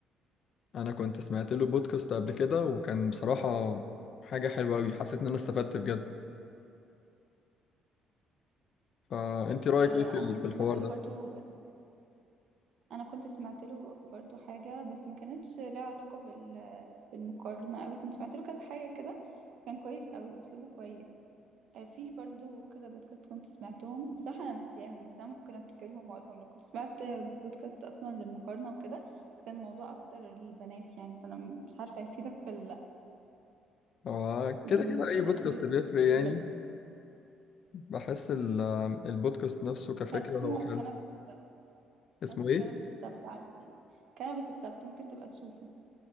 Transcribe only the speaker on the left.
انا كنت سمعت له بودكاست قبل كده وكان بصراحه حاجه حلوه قوي حسيت ان انا استفدت بجد فانت رايك
ايه في ال-
في
الحوار
ده
هو
كده كده
اي بودكاست
بيفرق يعني
بحس ال- البودكاست نفسه كفكره
هو حلو
اسمه
ايه